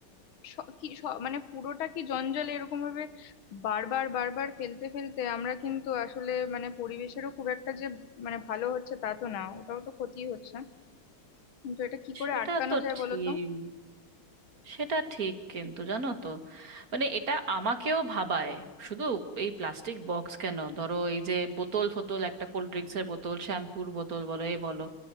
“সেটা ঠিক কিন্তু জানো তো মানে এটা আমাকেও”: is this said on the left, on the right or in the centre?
Right